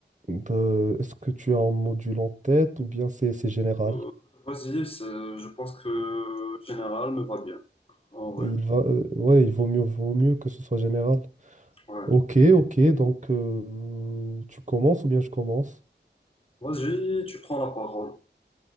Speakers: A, on the right; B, on the left.
A: Ben, est-ce que tu as un module en tête ou bien c'est c'est général?
B: Euh, vas-y, c'est- je pense que général me va bien. En vrai,
A: Il va, euh, ouais, il vaut mieux, vaut mieux que ce soit général.
B: ouais.
A: Ok, ok, donc euh, tu commences ou bien je commence?
B: Vas-y, tu prends la parole.